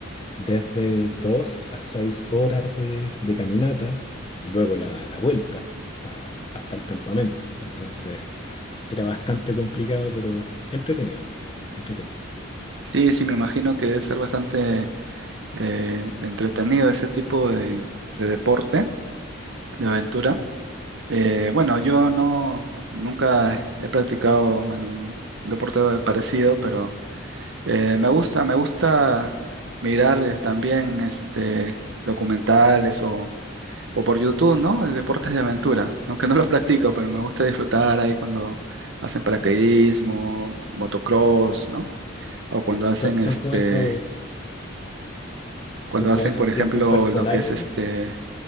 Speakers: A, on the left; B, on the right.
A: desde dos a seis horas de, de caminata y luego la, la vuelta a- hasta el campamento. Entonces... Era bastante complicado, pero entretenido, entretenido.
B: Sí, sí, me imagino que debe ser bastante eh, entretenido ese tipo de de deporte, de aventura. Eh, bueno, yo no nunca he practicado bueno, un deporte parecido, pero eh, me gusta, me gusta mirar eh, también este documentales o, o por YouTube, ¿no? Eh, Deportes de aventura, aunque no los practico, pero me gusta disfrutar ahí cuando hacen paracaidismo, motocross, ¿no? O cuando
A: Son,
B: hacen
A: son
B: este,
A: como esos,
B: cuando
A: son como
B: hacen,
A: esos
B: por ejemplo,
A: tiempos personales.
B: lo que es este